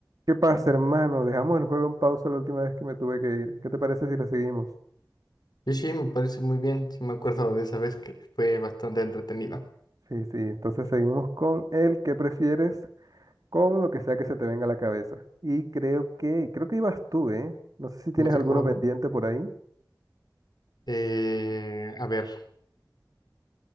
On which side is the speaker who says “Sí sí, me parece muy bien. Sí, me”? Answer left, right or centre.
Left